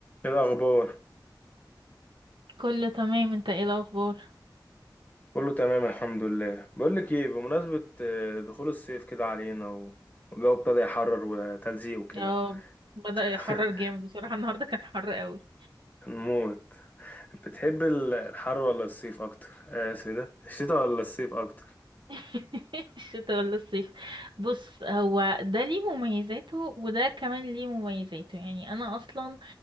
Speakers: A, on the left; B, on the right.
A: ايه الاخبار
B: كله تمام انت ايه الاخبار
A: كله تمام الحمد لله بقول لك ايه بمناسبه آه، دخول الصيف كده علينا و- والجو ابتدى يحرر وتلزيق وكده
B: اه
A: <laughs>
B: بدأ يحرر جامد بصراحة النهاردة كان حر قوي
A: نموت بتحب ال- الحر ولا الصيف اكتر اسف ده الشتاء ولا الصيف اكتر
B: <laughs> الشتاء ولا الصيف بص هو ده ليه مميزاته وده كمان ليه مميزاته يعني انا اصلا